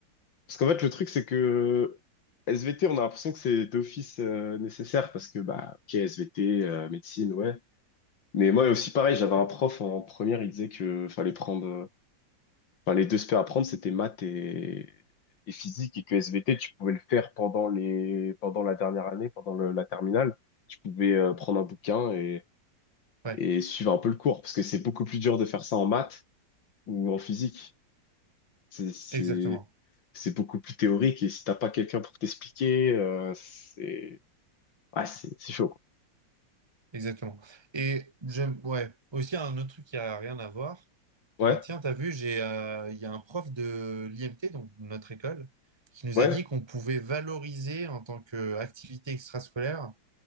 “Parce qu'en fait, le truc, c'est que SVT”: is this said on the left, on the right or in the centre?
Left